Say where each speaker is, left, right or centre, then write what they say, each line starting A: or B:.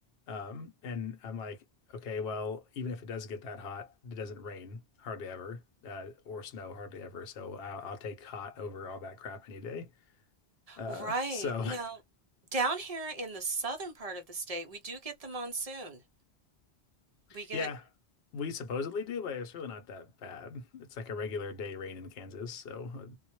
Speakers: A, on the left (about 65°); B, on the right (about 45°).
A: Um, and I'm like, okay, well, even if it does get that hot, it doesn't rain hardly ever, uh, or snow hardly ever. So I'll, I'll take hot over all that crap any day. Uh,
B: Right.
A: so
B: Now, down here in the southern part of the state, we do get the monsoon.
A: <laughs>
B: We get
A: yeah, we supposedly do, but it's really not that bad. It's like a regular day rain in Kansas. So